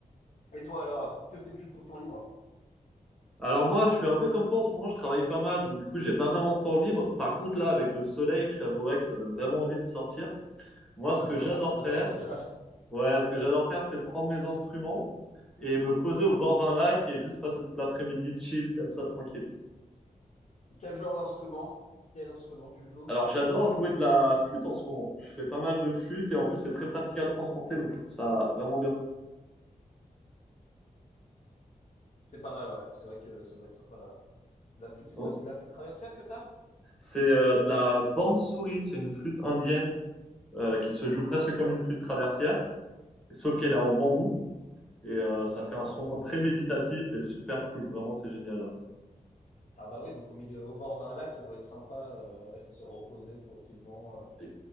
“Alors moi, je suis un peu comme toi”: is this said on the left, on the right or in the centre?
Centre